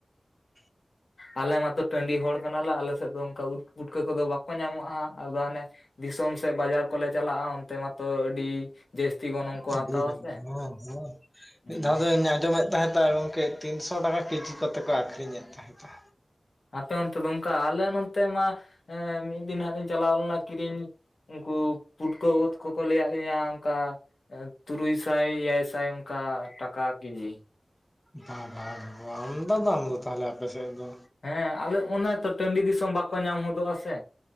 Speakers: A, in the centre; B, on the left.
A: <inaudible>
B: ᱟᱞᱮ ᱢᱟᱛᱚ ᱴᱟᱺᱰᱤ ᱦᱚᱲ ᱠᱟᱱᱟᱞᱮ ᱟᱞᱮᱥᱮᱫ ᱫᱚ ᱚᱱᱠᱟ ᱩᱫ ᱯᱩᱴᱠᱟᱹ ᱠᱚᱫᱚ ᱵᱟᱠᱚ ᱧᱟᱢᱚᱜᱼᱟ ᱦᱟᱸᱜ ᱟᱫᱚ ᱦᱟᱱᱮ, ᱫᱤᱥᱚᱢ ᱥᱮᱫ ᱵᱟᱡᱟᱨ ᱠᱚᱞᱮ ᱪᱟᱞᱟᱜᱼᱟ ᱚᱱᱛᱮ ᱢᱟᱛᱚ ᱟᱹᱰᱤ, ᱡᱟᱹᱥᱛᱤ ᱜᱚᱱᱚᱝ ᱠᱚ
A: ᱟᱹᱰᱤ
B: ᱦᱟᱛᱟᱣᱟ
A: ᱫᱷᱟᱣ
B: ᱥᱮ
A: ᱦᱚᱸ ᱦᱚᱸ
B: ᱦᱩᱸ
A: ᱢᱤᱫ ᱫᱷᱟᱣ ᱫᱚᱧ ᱟᱸᱡᱚᱢᱮᱫ ᱛᱟᱦᱮᱸᱫ ᱜᱚᱢᱠᱮ ᱛᱤᱱᱥᱚ ᱴᱟᱠᱟ ᱠᱮᱡᱤ ᱠᱚᱛᱮ ᱠᱚ ᱟᱹᱷᱨᱤᱧᱮᱫ ᱛᱟᱦᱮᱸᱫ ᱾
B: ᱟᱯᱮ ᱚᱱᱛᱮ ᱫᱚ ᱚᱱᱠᱟ ᱟᱞᱮ ᱱᱚᱛᱮ ᱢᱟ ᱢᱤᱫ ᱫᱤᱱ ᱦᱟᱸᱜ ᱞᱤᱧ ᱪᱟᱞᱟᱣ ᱞᱮᱱᱟ ᱠᱤᱨᱤᱧ, ᱩᱱᱠᱩ ᱯᱩᱴᱠᱟᱹ ᱳᱫ ᱠᱚᱠᱚ ᱞᱟᱹᱭᱟᱫ ᱞᱤᱭᱟᱹ ᱚᱱᱠᱟ, ᱛᱩᱨᱩᱭ ᱥᱟᱭ ᱮᱭᱟᱭ ᱥᱟᱭ ᱚᱱᱠᱟ ᱴᱟᱠᱟ ᱠᱮᱡᱤ,
A: ᱵᱟᱻᱵᱟ ᱟᱢᱫᱟ ᱫᱟᱢ ᱫᱚ ᱛᱟᱦᱚᱞᱮ ᱟᱯᱮ ᱥᱮᱫ ᱫᱚ,
B: ᱦᱮᱸ ᱟᱞᱮ ᱚᱱᱮ ᱛᱚ ᱴᱟᱺᱰᱤ ᱫᱤᱥᱚᱢ ᱵᱟᱠᱚ ᱧᱟᱢ ᱦᱚᱫᱚᱜᱼᱟ ᱥᱮ,